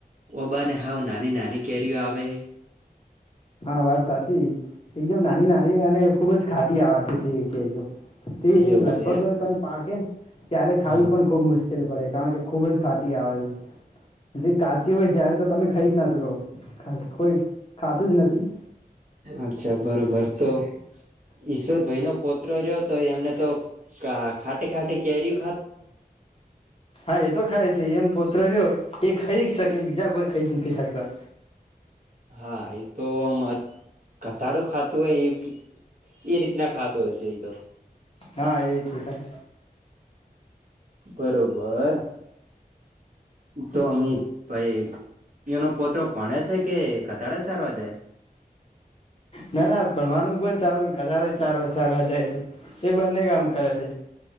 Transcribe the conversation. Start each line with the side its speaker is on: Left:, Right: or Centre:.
Right: ઓબાને હાવ નાની નાની કેરીઓ આવે
Left: હા વાત સાચી એકદમ નાની નાની અને ખુબ જ ખાટી આવે છે તે કેઓ તે
Right: હે એવું
Left: લગભગ
Right: છે એમ
Left: તમે પાકેને ત્યારે ખાવી
Right: હા
Left: પણ ખુબ મુશ્કેલ પડે કારણ કે ખુબ જ ખાટી આવે છે જે કાચી હોય જય્યારે તો તમે ખાઈ જ ના શકો કોઈ ખાતું જ નથી હમ
Right: અચ્છા બરોબર તો ઈશ્વર ભાઈ નો પૌત્ર રહ્યો તો એમને તો કા ખાટી ખાટી કેરી
Left: હા એતો ખાય છે એમ પોતરો રહ્યો એ ખાઈ જ શકે બીજા કોઈ ખાઈ જ નથી શકતા
Right: હા એ તો આમ ઘટાડું ખાતું હોય એ એ રીતના ખાતોું હશે એ તો
Left: હા એવી રીતે ખાય
Right: બરોબર તો અમી ભાઈ એનો પોત ભણે છે કે કથાડે સારવા જાય
Left: ના ના ભવાનું પણ ચાલુ ને કારે સારવા સારવા જાય છે એ બંને કામ કરે છે